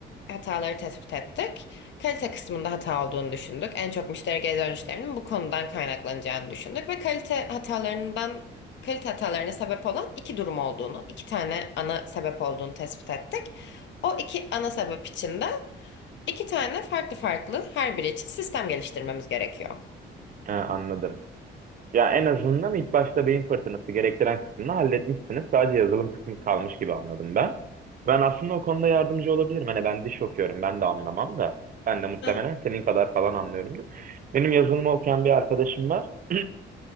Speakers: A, on the left; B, on the right.
A: hataları tespit ettik. Kalite kısmında hata olduğunu düşündük. En çok müşteri geri dönüşlerinin bu konudan kaynaklanacağını düşündük ve kalite hatalarından kalite hatalarına sebep olan iki durum olduğunu, iki tane ana sebep olduğunu tespit ettik. O iki ana sebep için de iki tane farklı farklı her biri için sistem geliştirmemiz gerekiyor.
B: Ha, anladım. Ya en azından ilk başta beyin fırtınası gerektiren kısmını halletmişsiniz. Sadece yazılım kısmı kalmış gibi anladım ben. Ben aslında o konuda yardımcı olabilirim. Hani ben diş okuyorum, ben de anlamam da. Ben de muhtemelen
A: Heh,
B: senin kadar falan anlıyorumdur. Benim yazılımı okuyan bir arkadaşım var. <clears throat>